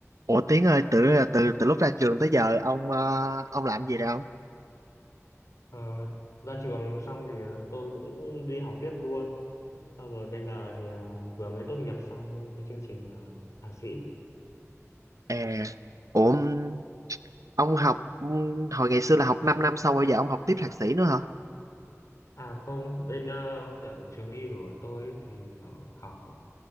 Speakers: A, on the right; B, on the left.
A: Ủa Tiến ơi, từ từ từ lúc ra trường tới giờ ông ờ, ông làm gì rồi ông?
B: Ờ, ra trường xong thì tôi cũng đi học tiếp luôn. Xong rồi bây giờ thì ờ, vừa mới tốt nghiệp xong cái chương trình ờ, thạc sĩ.
A: À, ủa ông ông học hồi ngày xưa là học 5 năm sau bây giờ ông học tiếp thạc sĩ nữa hả?
B: À không, bên ờ, kiểu trường y của tôi ấy thì kiểu học